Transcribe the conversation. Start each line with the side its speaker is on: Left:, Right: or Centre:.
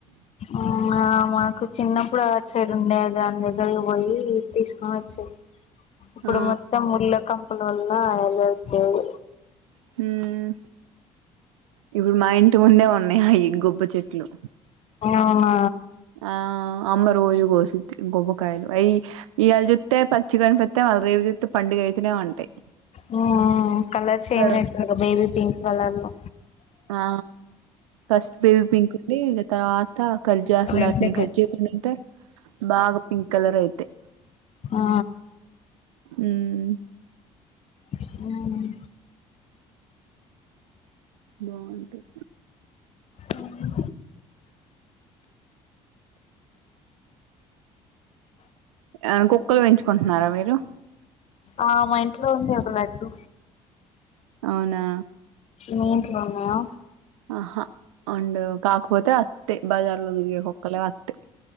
Left: ఆ మా మాకు చిన్నప్పుడు అటు సైడ్ ఉండే అది దాన్ దగ్గరకి పోయి తీస్కొని వచ్చే ఇప్పుడు
Right: ఆ
Left: మొత్తం ముళ్ళ కంపల వల్ల ఎళ్ళట్లేదు.
Right: మ్ ఇప్పుడు మా ఇంటి ముందే ఉన్నాయి అయి గొబ్బ చెట్లు
Left: అవునా
Right: ఆ అమ్మ రోజు గోసిద్ది గొబ్బకాయాలు. అయి ఇయాల జుత్తే పచ్చిగ అనిపిత్తయ్ మల్ల రేపు జుత్తే పండుగ తనే ఉంటయి.
Left: మ్ కలర్ చేంజ్
Right: వస్తాయి
Left: అయితద్గా బేబీ పింక్ కలర్లో
Right: ఆ ఫస్ట్ బేబీ పింక్ ఉండి ఇగ తర్వాత కల్ జాస్
Left: రెడ్
Right: ఇలాట్ని
Left: కి
Right: కట్ చేయకుండుంటే బాగా పింక్ కలర్ అయితయి
Left: ఆ
Right: మ్
Left: అవునా
Right: బాగుంటయి
Left: అవ్ను
Right: ఆ కుక్కల్ పెంచుకుంటున్నార మీరు
Left: ఆ మా ఇంట్లో ఉంది ఒక లడ్డు.
Right: అవునా
Left: మీ ఇంట్లో ఉన్నయా
Right: అహ ఉండవు కాకపోతే ఒత్తయ్ బజార్లో తిరిగే కుక్కలే అత్తయి